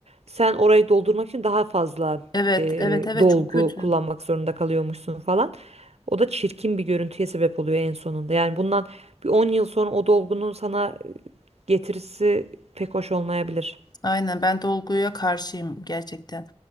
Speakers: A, on the right; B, on the left.
A: sen orayı doldurmak için daha fazla
B: Evet
A: e,
B: evet evet
A: dolgu
B: çok kötü.
A: kullanmak zorunda kalıyormuşsun falan. O da çirkin bir görüntüye sebep oluyor en sonunda. Yani bundan bir 10 yıl sonra o dolgunun sana getirisi pek hoş olmayabilir.
B: Aynen ben dolguya karşıyım gerçekten.